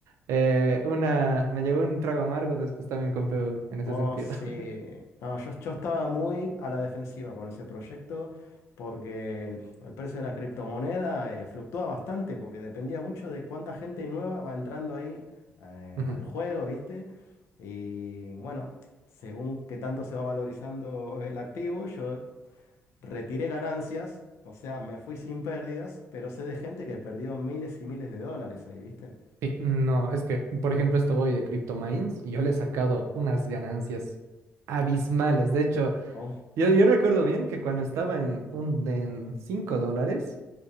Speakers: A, on the right (about 85°); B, on the left (about 75°).
A: Eh, una, me llevó un trago amargo, después también compré en ese
B: Oh,
A: sentido.
B: sí.
A: <laughs>
B: No, yo, yo estaba muy a la defensiva con ese proyecto porque el, el precio de la criptomoneda eh, fluctúa bastante porque dependía mucho de cuánta gente nueva va entrando ahí eh,
A: Ujú.
B: al juego, ¿viste? Y bueno, según qué tanto se va valorizando el activo, yo Retiré ganancias, o sea, me fui sin pérdidas, pero sé de gente que perdió miles y miles de dólares ahí, ¿viste?
A: Sí, no, es que, por ejemplo, esto voy de CryptoMines, y yo le he sacado unas ganancias abismales. De hecho,
B: Oh,
A: yo, yo recuerdo bien que cuando estaba en, un, en 5 dólares,